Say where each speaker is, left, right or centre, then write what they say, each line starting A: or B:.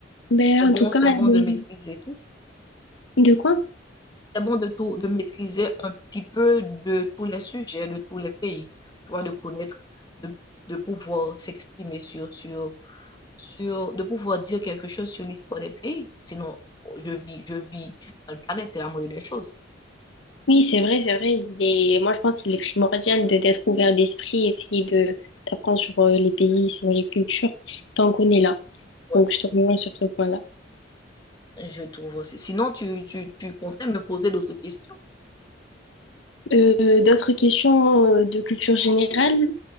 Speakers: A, on the left; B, on the left.
A: Ben,
B: c'est bon,
A: en tout cas,
B: c'est
A: euh,
B: bon de maîtriser tout.
A: de quoi?
B: C'est bon de tout, de maîtriser un petit peu de tous les sujets, de tous les pays. Tu vois, de connaître, de, de pouvoir s'exprimer sur, sur sur, de pouvoir dire quelque chose sur l'histoire des pays. Sinon, je vis, je vis dans le planète, c'est la moindre des choses.
A: Oui, c'est vrai, c'est vrai. Il est... Moi, je pense qu'il est primordial de d'être ouvert d'esprit, essayer de d'apprendre sur euh, les pays, sur les cultures, tant qu'on est là.
B: Ouais,
A: Donc, je te rejoins sur ce point-là.
B: je trouve aussi. Sinon, tu, tu, tu comptais me poser d'autres questions.
A: Euh, d'autres questions euh, de culture générale?